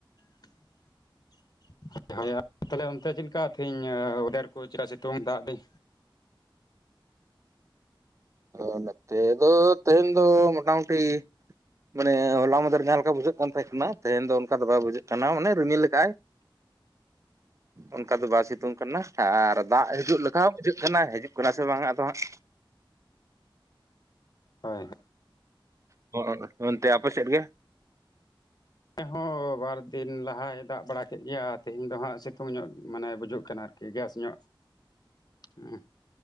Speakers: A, on the left; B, on the right.
A: <inaudible> <inaudible> ᱦᱳᱭ ᱦᱳᱭ ᱟᱨ ᱛᱟᱦᱚᱞᱮ ᱚᱱᱛᱮ ᱪᱮᱫ ᱞᱮᱠᱟ ᱛᱮᱦᱮᱧ ᱳᱰᱮᱨ ᱠᱚ ᱪᱮᱠᱟ ᱥᱤᱛᱩᱝ ᱫᱟᱜ ᱫᱤᱧ
B: ᱟ ᱱᱚᱛᱮ ᱫᱚ ᱛᱮᱦᱮᱧ ᱫᱚ ᱢᱚᱴᱟᱢᱩᱴᱤ, ᱢᱟᱱᱮ ᱦᱚᱞᱟ ᱢᱟᱫᱮᱨ ᱡᱟᱦᱟᱸ ᱞᱮᱠᱟ ᱵᱩᱡᱷᱟᱹᱜ ᱠᱟᱱ ᱛᱟᱦᱮᱜ ᱠᱟᱱᱟ ᱛᱮᱦᱮᱧ ᱫᱚ ᱚᱱᱠᱟ ᱫᱚ ᱵᱟᱭ ᱵᱩᱡᱷᱟᱹᱜ ᱠᱟᱱᱟ ᱢᱟᱱᱮ ᱨᱤᱢᱤᱞᱟ ᱠᱟᱜᱼᱟᱭ,
A: <inaudible>
B: ᱚᱱᱠᱟ ᱫᱚ ᱵᱟᱭ ᱥᱤᱛᱩᱝ ᱠᱟᱱᱟ ᱟᱨ ᱫᱟᱜ ᱦᱤᱡᱩᱜ ᱞᱮᱠᱟ ᱦᱚᱸ ᱵᱩᱡᱷᱟᱹᱜ ᱠᱟᱱᱟ ᱦᱤᱡᱩᱜ ᱠᱟᱱᱟ ᱥᱮ ᱵᱟᱝᱟ ᱟᱫᱚ ᱦᱟᱸᱜ,
A: ᱦᱳᱭ,
B: ᱦᱚᱭ ᱚᱱᱛᱮ ᱛᱮ ᱟᱯᱮ ᱥᱮᱫ ᱜᱮ,
A: ᱚᱱᱛᱮ ᱦᱚᱸ ᱵᱟᱨ ᱫᱤᱱ ᱞᱟᱦᱟᱭ ᱫᱟᱜ ᱵᱟᱲᱟ ᱠᱮᱫ ᱜᱮᱭᱟ ᱛᱮᱦᱤᱧ ᱫᱚ ᱦᱟᱸᱜ ᱥᱤᱛᱩᱝ ᱧᱚᱜ ᱢᱟᱱᱮ ᱵᱩᱡᱚᱜ ᱠᱟᱱᱟ ᱟᱨᱠᱤ ᱜᱮᱥ ᱧᱚᱜ, ᱦᱩᱸ,